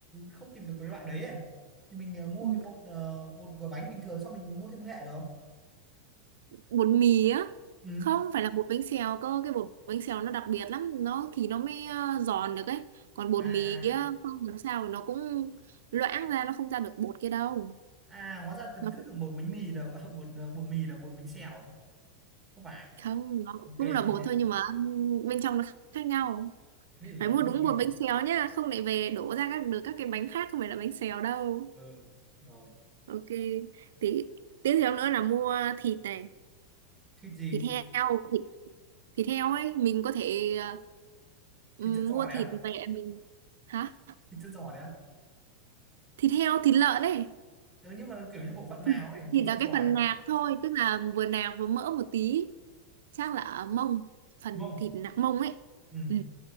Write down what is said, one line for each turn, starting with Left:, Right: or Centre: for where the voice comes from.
Centre: không tìm được cái loại đấy ấy thì mình ờ, mua
Right: ừ.
Centre: cái bột ờ, bột gói bánh bình thường xong mình mua thêm nghệ được không
Right: bột mì á
Centre: ừ
Right: không phải là bột bánh xèo cơ cái bột bánh xèo nó đặc biệt lắm nó thì nó mới ờ, giòn được ấy còn bột
Centre: à
Right: mì á không làm sao nó cũng loãng ra nó không ra được bột kia đâu
Centre: à hóa ra từng
Right: nó
Centre: cứ tưởng bột bánh mì là <laughs> bột ờ, bột mì là bột bánh xèo không phải
Right: không nó
Centre: ok
Right: cũng
Centre: thế
Right: là bột
Centre: thì
Right: thôi nhưng mà bên trong nó khác nhau
Centre: thế thì
Right: phải
Centre: cố
Right: mua đúng
Centre: đi tìm
Right: bột
Centre: này
Right: bánh xèo nhá không lại về đổ ra các được các cái bánh khác không phải là bánh xèo đâu
Centre: ừ rồi
Right: ok tí tiếp theo nữa là mua thịt này
Centre: thịt gì
Right: thịt heo thịt, thịt heo ấy mình có thể ờ, ừm,
Centre: thịt chân giò
Right: mua
Centre: đấy
Right: thịt
Centre: á
Right: về mình hả
Centre: thịt chân giò đấy á
Right: thịt heo thịt lợn ấy
Centre: ừ, nhưng mà kiểu như bộ phận nào
Right: thì,
Centre: ấy thịt
Right: thì
Centre: chân
Right: là
Centre: giò
Right: cái phần
Centre: đấy
Right: nạc thôi tức là vừa nạc vừa mỡ một tí chắc là ở mông phần
Centre: mông
Right: thịt nạc mông ấy
Centre: ừ
Right: ừ.